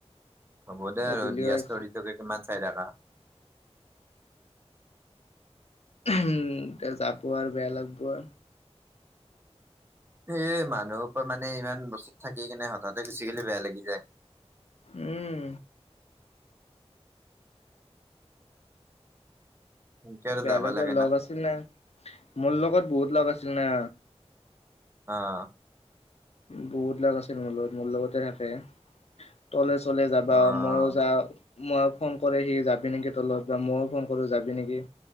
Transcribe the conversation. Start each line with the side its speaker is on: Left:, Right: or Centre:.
Right: হ'ব দে
Left: গধূলি
Right: আৰু দিয়া
Left: হৈছে
Right: ষ্টৰিটোকে কিমান চাই থকা।
Left: উম, এতিয়া যাব আৰু বেয়া লাগব আৰু!
Right: সেইয়ে মানুহৰ পৰা মানে ইমান বছৰ থাকি কিনে হঠাতে গুছিগেলি বেয়া লাগি যায়।
Left: উম!
Right: সেনকে আৰু
Left: বেয়া
Right: যাবা
Left: লাগিব
Right: লাগে
Left: লগ আছিল না, মোৰ লগত বহুত লগ আছিল না!
Right: অঁ।
Left: বহুত লাগ আছিল মোৰ লগত মোৰ লগতে থাকে। তলে চলে যাবা
Right: অ'
Left: মইয়ো যাও, মই ফোন কৰে সি যাবি নেকি তলত! ময়ও ফোন কৰো যাবি নেকি?